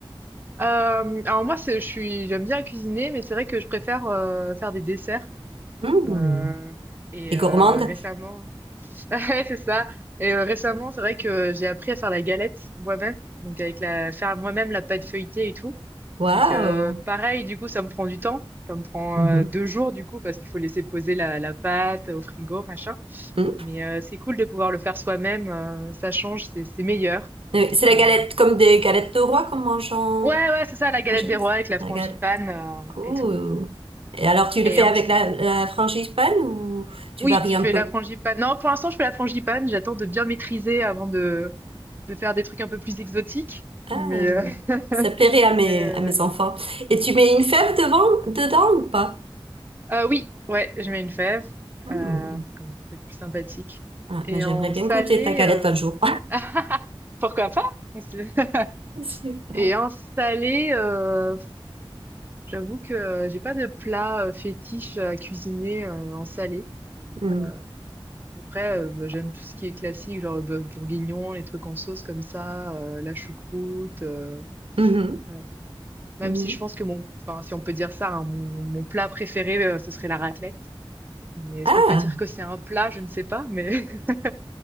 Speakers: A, on the right; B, on the right.
A: Euh, alors moi, c'est, je suis, j'aime bien cuisiner, mais c'est vrai que je préfère euh, faire des desserts.
B: Mmh.
A: Euh, et
B: T'es gourmande?
A: euh, récemment... <laughs> Ouais, c'est ça. Et euh, récemment, c'est vrai que j'ai appris à faire la galette moi-même, donc avec la faire moi-même la pâte feuilletée et tout.
B: Waouh!
A: Donc euh, pareil, du coup, ça me prend du temps. Ça me prend
B: Mhm.
A: euh, deux jours du coup parce qu'il faut laisser poser la, la pâte au frigo, machin.
B: Mhm.
A: Mais euh, c'est cool de pouvoir le faire soi-même. euh, ça change, c'est c'est meilleur.
B: Euh, C'est la
A: Euh,
B: galette comme des galettes de roi qu'on mange en...
A: Ouais, ouais, c'est ça, la galette
B: Franchement,
A: des rois avec la frangipane
B: regarde.
A: euh,
B: Ouh.
A: et tout.
B: Et alors, tu le
A: Et
B: fais
A: ensuite
B: avec la, la frangipane ou tu
A: Oui,
B: varies
A: je
B: un
A: fais
B: peu?
A: la frangipane. Non, pour l'instant, je fais la frangipane. J'attends de bien maîtriser avant de, de faire des trucs un peu plus exotiques.
B: Ah,
A: Mais, euh, <laughs>
B: ça plairait à mes,
A: mais euh,
B: à mes
A: ouais.
B: enfants. Et tu mets une fève devant, dedans ou pas?
A: Euh, oui, ouais, je mets une fève,
B: Hmm.
A: euh, comme c'est plus sympathique.
B: Ah,
A: Et
B: mais j'aimerais
A: en
B: bien
A: salé,
B: goûter ta galette
A: euh,
B: un jour.
A: <laughs> pourquoi pas? On sait- <laughs>
B: <laughs> Super.
A: Et en salé, euh, j'avoue que j'ai pas de plat euh, fétiche à cuisiner euh, en salé.
B: Hmm.
A: Euh, Après, euh, bah, j'aime tout ce qui est classique, genre le bœuf bourguignon, les trucs en sauce comme ça, euh, la choucroute. euh,
B: Mhm.
A: euh, même
B: Mhm.
A: si je pense que mon, enfin, si on peut dire ça, hein, mon, mon plat préféré, euh, ce serait la raclette. Mais est-ce
B: Ah,
A: qu'on peut dire que c'est un plat? Je ne sais pas, mais <laughs>